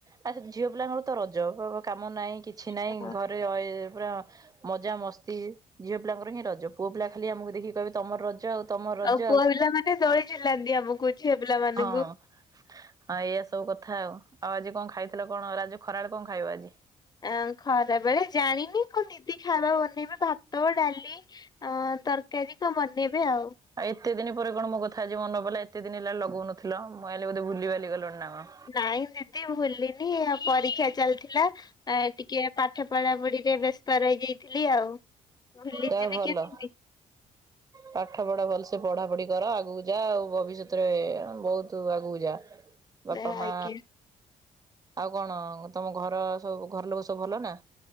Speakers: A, on the right; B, on the left.
A: ଆଉ ସେ ଝିଅ ପିଲାଙ୍କର ତ ରଜ <unintelligible> କାମ ନାଇଁ କିଛି ନାଇଁ
B: ହଁ
A: ଘରେ ରହିବେ ପୁରା। ମଜା ମସ୍ତି ଝିଅ ପିଲାଙ୍କର ହିଁ, ରଜ ପୁଅ ପିଲା ଖାଲି ଆମକୁ ଦେଖିକି କହିବେ ତମର ରଜ ଆଉ ତମର ରଜ
B: ଆଉ ପୁଅ ପିଲାମାନେ ଦୋଳି ଝୁଲାନ୍ତି ଆମକୁ ଝିଅ ପିଲାମାନୁଙ୍କୁ।
A: ହଁ ହଁ ଏଇଆ ସବୁ କଥା ଆଉ ଆଉ ଆଜି କଣ ଖାଇଥିଲ କଣ ରା ଯୋଉ ଖରାବେଳେ କଣ ଖାଇବ ଆଜି?
B: ଆ ଖରାବେଳେ ଜାଣିନି। କଣ ଦିଦି ଖାଇବା ବନେଇବେ ଭାତ, ଡାଲି? ଆଁ ତରକାରୀ କଣ ବନେଇବି ଆଉ?
A: ଆଉ ଏତେ ଦିନ ପରେ କଣ ମୋ କଥା ଆଜି ମନେ ପଇଲା? ଏତେ ଦିନ ହେଲା ଲଗଉନଥିଲ, ମୁଁ ଭାବିଲି ବୋଧେ ଭୁଲି ଭାଲି ଗଲଣି ନା କଣ।
B: ନାଇଁ ଦିଦି ଭୁଲିନି ଆ ପରୀକ୍ଷା ଚାଲିଥିଲା ଏଁ ଟିକିଏ ପାଠ ପଢାପଢିରେ ବେସ୍ତ ରଇଯାଇଥିଲି ଆଉ। ଭୁଲି
A: ଦେହ
B: ଯିବି
A: ଭଲ।
B: କେମିତି? <inaudible>
A: ପାଠ ପଢ ଭଲସେ ପଢାପଢି କର। ଆଗକୁ ଯା ଆଉ ଭବିଷ୍ୟତରେ ବୋହୁତ ଆଗକୁ ଯା
B: <inaudible>
A: ବାପା ମା
B: ଆଜ୍ଞା
A: ଆଉ କଣ ତମ ଘରେ ସବୁ ଘର ଲୋକ ସବୁ ଭଲ ନା?